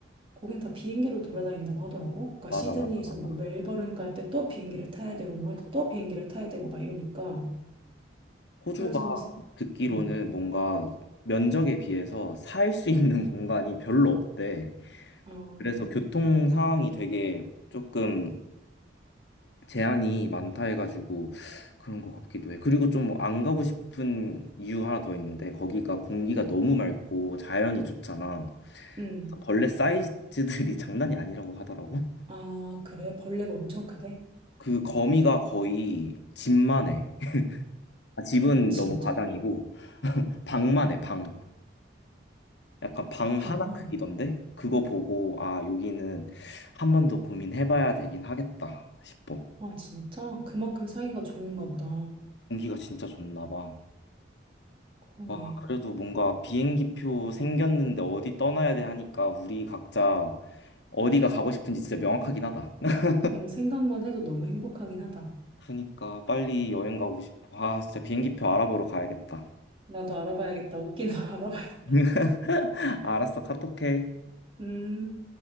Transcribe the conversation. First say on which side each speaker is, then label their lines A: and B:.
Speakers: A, on the right; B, on the left.
A: 거긴 다 비행기로 돌아다닌다고 하더라고. 그러니까
B: 맞아,
A: 시드니에서
B: 맞아, 맞아.
A: 뭐 멜버른 갈 때 또 비행기를 타야 되고 뭐 할 때 또 비행기를 타야 되고 막 이러니까
B: 호주가
A: 그래서
B: 듣기로는
A: 음.
B: 뭔가 면적에 비해서 살 수 있는 <laughs> 공간이 별로 없대.
A: 어.
B: 그래서 교통 상황이 되게 조금 제한이 많다 해가지고 그런 것 같기도 해. 그리고 좀 안 가고 싶은 이유 하나 더 있는데 거기가 공기가 너무 맑고 자연이 좋잖아.
A: 음.
B: 그래서 벌레 사이즈들이 <laughs> 장난이 아니라고 하더라고.
A: 아, 그래? 벌레가 엄청 크대?
B: 그 거미가 거의 집만 해. <laughs> 아, 집은
A: 진짜?
B: 너무 과장이고 방만 해, 방. 약간 방
A: 방만
B: 하나 크기던데? 그거 보고 아, 여기는 한 번 더 고민해봐야 되긴 하겠다 싶어.
A: 와, 진짜? 그만큼 살기가 좋은가 보다.
B: 공기가 진짜 좋나 봐.
A: 그러네.
B: 와, 그래도 뭔가 비행기표 생겼는데 어디 떠나야 돼 하니까 우리 각자 어디가 가고 싶은지 진짜 명확하긴 하다. <laughs>
A: 응 생각만 해도 너무 행복하긴 하다.
B: 그니까 빨리 여행 가고 싶어. 아, 진짜 비행기표 알아보러 가야겠다.
A: 나도 알아봐야겠다. 웃기나 <laughs> 알아봐야겠다.
B: <laughs> 알았어, 카톡해.
A: 음.